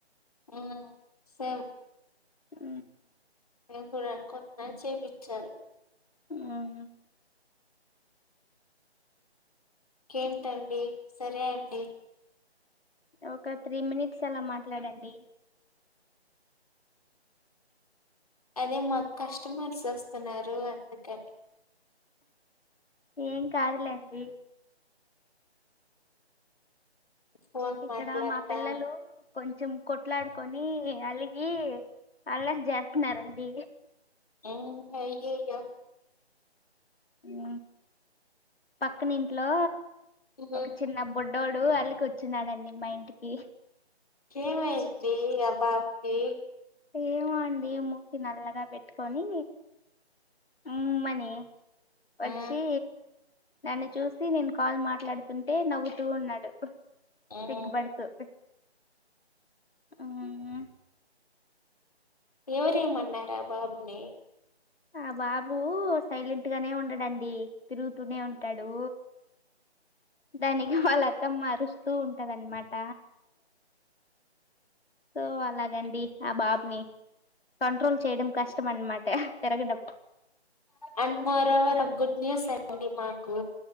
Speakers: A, on the left; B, on the left.
A: ఉ సేం
B: ఊ
A: నేను కూడానుకు నాయి చేపించారూ
B: ఉమ్
A: ఇంకేంటండి సరే అండి
B: ఒక త్రీ మినిట్స్ అలా మాట్లాడండి
A: అదే మాకు కస్టమర్స్ వస్తున్నారు అందుకని
B: ఏం కాదులేండి
A: ఫోన్
B: ఇక్కడ
A: మాట్లాడతా
B: మా పిల్లలు కొం కొంచెం కొట్లాడుకొని అలిగి అల్లరి చేస్తున్నారన్ అదీ
A: ఉ అయ్యాయో
B: ఉ పక్కన ఇంట్లో
A: హ్మ్.
B: ఒక చిన్న బుడ్ బిడ్డోడూ అలిగి కూర్చున్నాడండి మా ఇంటికి
A: ఏమైంది అబాబు కి
B: ఏమో అండి మూతీ నల్లగా పెట్టుకొని ఉమ్మని వాచీ
A: హ్మ్.
B: నన్ను చూసి నేను కాల్ మాట్లాడుతుంటే నవ్వుతూ ఉన్నాడు
A: హ్మ్.
B: సిగ్గుపడుతూ మ్మ్
A: ఎవరేమన్నారా ఆ బాబుని
B: ఆ బాబు సైలెంట్ గానే ఉండడండి తిరుగుతూనే ఉంటాడు దానికి వాళ్ళ ఆత్మ అరుస్త వస్తూ ఉంటదన్నమాట సో అలాగండి ఆ బాబుని కంట్రోల్ చేయడం కష్ట్ మన మాట తిరగ డబ్బ
A: ఆండ్ మోరోవర్ గుడ్ న్యూస్ అండి మాకు